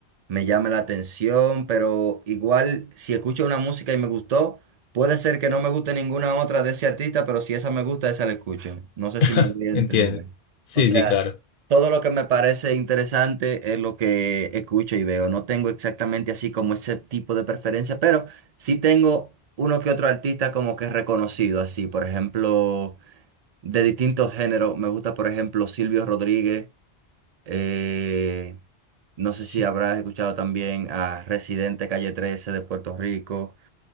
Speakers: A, on the right (about 55°); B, on the left (about 55°).
A: me llame la atención, pero igual si escucho una música y me gustó, puede ser que no me guste ninguna otra de ese artista, pero si esa me gusta, esa la escucho. No sé si me
B: <laughs>
A: voy a
B: ¿Entiendes?
A: entender.
B: Sí,
A: O sea,
B: sí, claro.
A: todo lo que me parece interesante es lo que escucho y veo. No tengo exactamente así como ese tipo de preferencia, pero sí tengo uno que otro artista como que reconocido así, por ejemplo, de distintos géneros. Me gusta, por ejemplo, Silvio Rodríguez. Eh, no sé
B: Sí,
A: si habrás escuchado también a Residente Calle Trece de Puerto Rico,